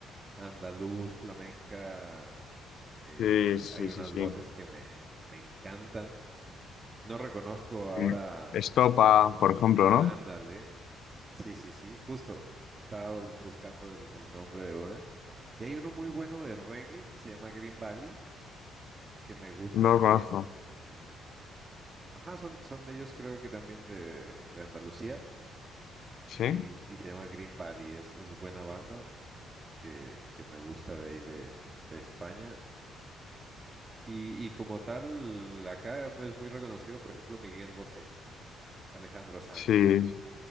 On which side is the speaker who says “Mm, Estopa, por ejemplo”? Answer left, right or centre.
Left